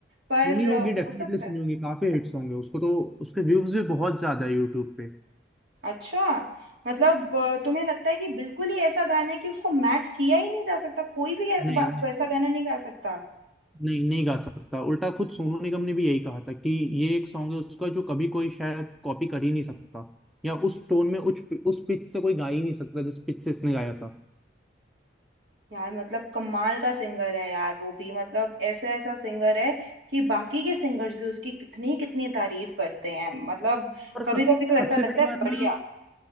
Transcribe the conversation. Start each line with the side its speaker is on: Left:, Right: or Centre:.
Right: पर
Centre: सुनी होगी
Right: अ, हो
Centre: डेफिनेटली
Right: सकता
Centre: सुनी
Right: है
Centre: होगी काफी हिट्स होंगे उसको तो उसके व्यूज भी बहुत ज्यादा है यूट्यूब पे
Right: अच्छा मतलब अ, तुम्हें लगता है कि बिल्कुल ही ऐसा गाना है कि उसको मैच किया ही नहीं जा सकता कोई भी ऐ-
Centre: नहीं
Right: वा-
Centre: नहीं
Right: वैसा गाना नहीं गा सकता
Centre: नहीं नहीं गा सकता उल्टा खुद सोनू निगम ने भी यही कहा था कि ये एक सॉन्ग है उसका जो कभी कोई शायद कॉपी कर ही नहीं सकता या उस टोन में उस उस पिच से कोई गा ही नहीं सकता जिस पिच से इसने गाया था
Right: यार मतलब कमाल का सिंगर है यार वो भी मतलब ऐसा ऐसा सिंगर है कि बाकी के सिंगर्स भी उसकी कितनी कितनी तारीफ करते हैं मतलब
Centre: और
Right: कभी
Centre: सब
Right: कभी तो
Centre: सबसे
Right: ऐसा लगता
Centre: बड़ी
Right: है
Centre: बात
Right: बढ़िया
Centre: ना